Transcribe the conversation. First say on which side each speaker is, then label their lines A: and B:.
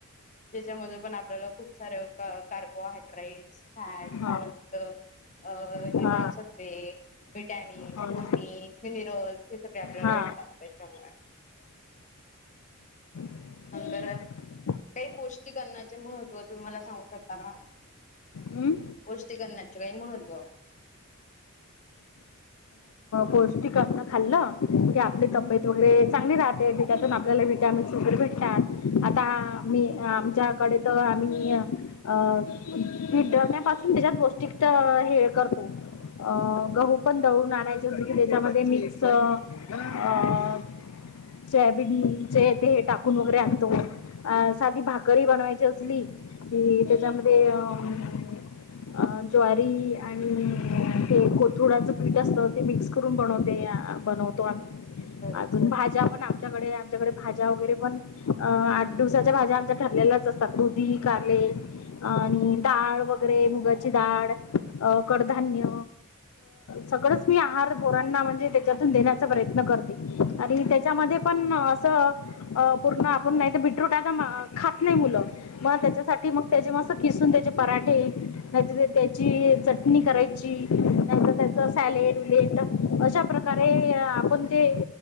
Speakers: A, on the left; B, on the left.
A: ज्याच्यामध्ये, पण आपल्याला खूप सारे कार्बोहायड्राईटस फॅर
B: हा
A: परत अ
B: हा
A: जीवण सत्वे विटॅमिन्,
B: हो
A: प्रोटीन्स,
B: ना
A: मिनरल्स, हे सगळे आपल्याला
B: हा
A: भेटतात त्याच्यामुळे
B: हम्
A: नंतर
B: <unintelligible>
A: काही पोष्टी अंन्नाणाचे महत्त्व तुम्ही मला सांगू शकता का?
B: हम्म.
A: पोष्टी अन्नाणाचे काही महत्त्व
B: पौष्टिक अन्न खाल्ल <unintelligible> की आपली तब्येतगैरे चांगली राहते त्याच्यातून आपल्याला व्हिटमिनस वगौरे भेट आताी मी आमच्याकडे तर आम्ही अं <unintelligible> विज्ञण्यापासून त्याच्यात पौष्टिक हे करतो. अं गहू, पण दळून आणायच <unintelligible> त्यामध्ये मिक्स <unintelligible> बि ते हे टाक. कून वगैरे आणतो अ साधी, भाकरी, बनवायची असली. कि त्याच्यामध्ये अम्म
A: <inaudible>
B: अ ज्वारी, आणि ते कोथुडाचं, पीठ असतं ते मिक्स करून बनवते बनवतो आम्ही
A: बरोबर
B: अजून भाज्या, पण, आमच्याकडे, आमच्याकडे, भाज्या वगैरे पण अ आठ दिवसाच्या भाज्या, त ठरलेलच असतात. दुधी, कारले, आणि डाळ, वगैरे मुगाची दाळ, कडधान्य, सगळ मी आहर म्हणजे त्या देण्याचा प्रयत्न करते आणि त्याच्यामध्ये पण असं अ पूर्ण आपण नाही तर बिट्रूट आ खात नाही मुलं म त्याच्यासाठी मग त्या मस् किसून त्या पराठे त्याची चटणी करायची नाही त्याच सॅलेड वगैरे टाकूनअशा प्रकारे आपण ते